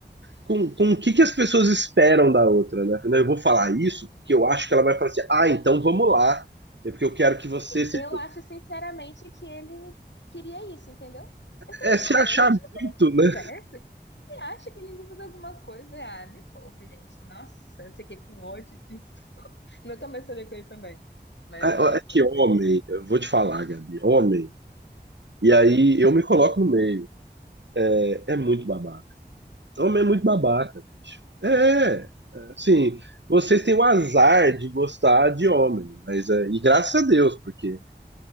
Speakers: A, on the right (about 85°); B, on the left (about 80°).
A: com, com o que, que as pessoas esperam da outra, né? Eu vou falar isso porque eu acho que ela vai falar assim, ah, então vamos lá, é porque eu quero que você seja...
B: Eu acho, sinceramente, que ele queria isso, entendeu? Eu falei,
A: É se
B: cara,
A: achar
B: a gente nunca
A: muito, né?
B: conversa. Você acha que ele usa de alguma coisa? Ah, me poupe, gente. Nossa, eu fiquei com ódio disso. <laughs> Nunca mais falei com ele também. Mas,
A: É
B: nossa,
A: é que homem,
B: ele...
A: eu vou te falar, Gabi, homem, e aí eu me coloco no meio, é, é muito babaca. Homem é muito babaca, bicho. É, assim, vocês têm o azar de gostar de homem, mas é, e graças a Deus, porque